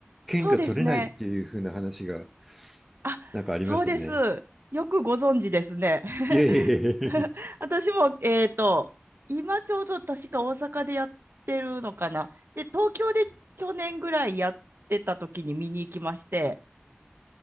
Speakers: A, in the centre; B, on the right.
A: 券が取れないっていう風な話が
B: そうですね。あ、
A: なんかありましたね。
B: そうです。よくご存知ですね。
A: いえいえいえ。
B: <laughs> 私も、えっと、今ちょうど確か大阪でやってるのかな。で、東京で去年ぐらいやってた時に見に行きまして、